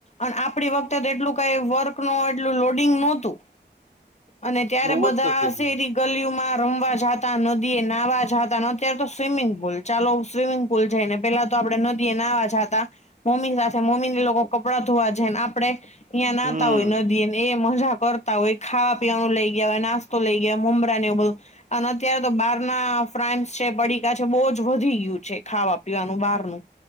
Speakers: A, on the left; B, on the right.
A: અન આપડી વખતે તો એટલું કઈ વર્ક નો એટલું લોડિંગ નોતું અને કે
B: બહુ
A: કે બધા
B: જ સત્ય કીધું
A: શેરી ગલીયુમાં રમવા જાતા નદી એ નાહવા જાતા અત્યારે તો સ્વિમિંગ પુલ ચાલો સ્વિમિંગ પૂલ જઈને પેલા તો આપડે નદી એ નાવા જાતા. મમ્મીન સાથે મમ્મી ને એ લોકો કપડાં ધોવા જાય ન આપડે ઇયા નાતા
B: હમ
A: હોય નદીએ એ મજા કરતા હોય ખાવા પીવાનું લઈ ઈ હવે નાસ્તો લઈ ગયા મમરાને એવું બધું. અને અત્યારે તો બહાર ના ફ્રાન્ચ છે, પડીકા છે બહુ જ વધી ગયું છે ખાવા પીવાનું બારનું.